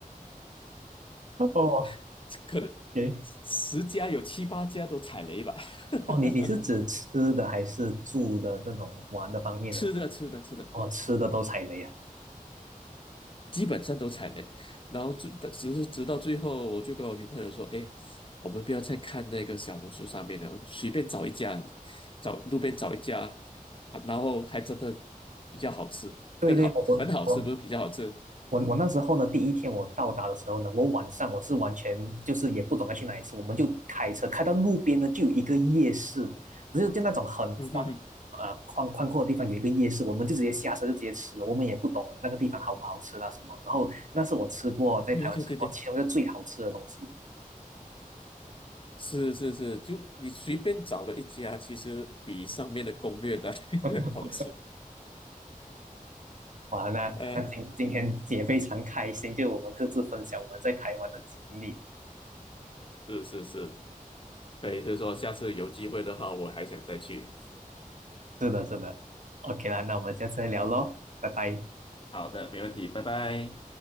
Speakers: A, on the right; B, on the left.
A: 哦，
B: <laughs> 可能
A: 诶，
B: 十家有七八家都踩雷吧。<laughs>
A: 哦，你你是指吃的还是住的这种玩的方面呢？
B: 吃的吃的吃的，
A: 哦，吃的都踩雷啊！
B: 基本上都踩雷，然后最只是直到最后，我就跟我女朋友说：“哎，我们不要再看那个小红书上面了，随便找一家，找路边找一家，啊然后还真的比较好吃，
A: 对对，
B: 更好，
A: 我我我
B: 很好吃，不是比较好吃。”
A: 我我那时候呢，第一天我到达的时候呢，我晚上我是完全就是也不懂得去哪里吃，我们就开车开到路边呢，就有一个夜市，就是就那种很宽，
B: 嗯哼哼，
A: 呃宽宽阔的地方有一个夜市，我们就直接下车就直接吃了，我们也不懂那个地方好不好吃啦什么，然后那是我吃过在台湾吃过其中一个最好吃的东西。
B: 对 <laughs> 对对对，是是是，就你随便找了一家，其实比上面的攻略的
A: <laughs>
B: <laughs> 好吃。
A: 完了，
B: 呃，
A: 那那今今天也非常开心，
B: 嗯，
A: 就我们各自分享我们在台湾的经历。
B: 是是是，可以是说下次有机会的话，我还想再去。
A: 是的，是的。OK 啦，那我们下次再聊喽，
B: 嗯，
A: 拜拜。
B: 好的，没问题，拜拜。